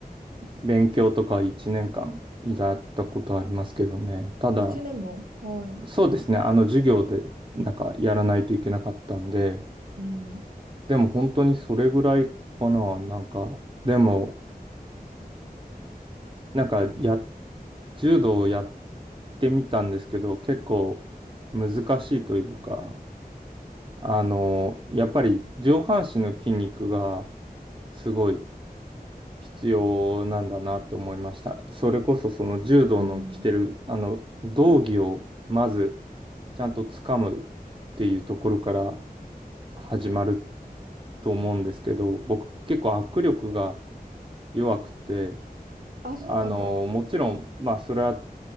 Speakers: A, on the right; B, on the right.
A: 勉強とか1年間やったことありますけどね。ただ、
B: 1年も、はい。
A: そうですね。あの、授業で、なんか、やらないといけなかったんで、
B: うん。
A: でも本当にそれぐらいかな。なんか、でも、なんか、や、柔道をやっってみたんですけど、結構難しいというか、あの、やっぱり上半身の筋肉がすごい必要なんだなって思いました。それこそその柔道の着てる、
B: うん。
A: あの、道着をまずちゃんと掴むっていうところから始まると思うんですけど、僕結構握力が弱くて、
B: あ、そうなんだ。
A: あの、もちろん、まあそれは